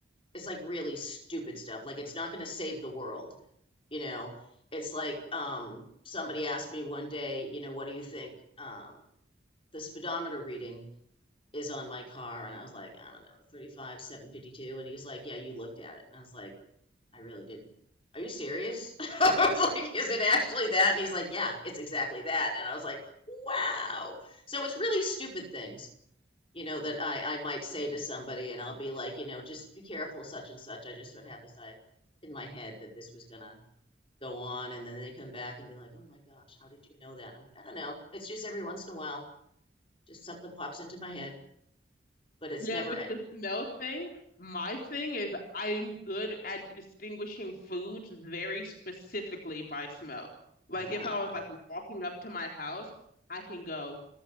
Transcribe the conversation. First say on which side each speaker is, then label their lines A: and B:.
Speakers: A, on the left; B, on the left.
A: it's like really stupid stuff. Like it's not going to save the world, you know. It's like um, somebody asked me one day, you know, what do you think um, the speedometer reading is on my car? And I was like, I don't know, 35, 752. And he was like, Yeah, you looked at it. And I was like, I really didn't. Are you serious? <laughs> I was like, Is it actually that? And he's like, Yeah, it's exactly that. And I was like, Wow. So it's really stupid things you know, that I, I might say to somebody and I'll be like, you know, just be careful, such and such. I just sort of had this I in my head that this was gonna go on and then they come back and be like, Oh my gosh, how did you know that? And I'm like, I don't know. It's just every once in a while, just something pops into my head, but it's
B: Then
A: never
B: with
A: end.
B: the smell thing, my thing is I'm good at distinguishing foods very specifically by smell. Like
A: Ah.
B: if I was like walking up to my house, I can go,